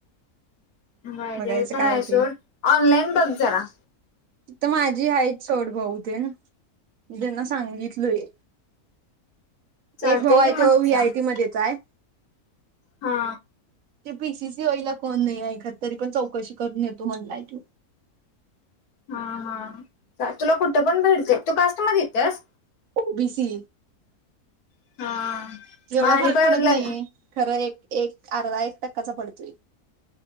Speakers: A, on the left; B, on the right.
A: माहि
B: बघायचं
A: तेपण
B: काय
A: आहे
B: होते
A: सोड. ऑनलाईन बघ जरा.
B: तीथ माझी हायत सोड भाऊते. मी त्यांना सांगितलोय.
A: चालतय
B: एक भाऊ आहे.
A: की मग
B: तो व्ही
A: सांग.
B: आय टी मध्येच हाय.
A: हा.
B: ते पी सी सी वईला कोण नाही हाय एखाद. तरी पण चौकशी करून येतो म्हणलाय त्यो.
A: हा-हा तुला कुठं पण भेटते. तू कास्ट मध्ये येतेस?
B: O B C.
A: हा.
B: एवढा
A: मग आणि
B: फरक
A: पण
B: पडत
A: लग
B: नाही. खरं एक-एक अर्धा एक टक्काचा पडतोय.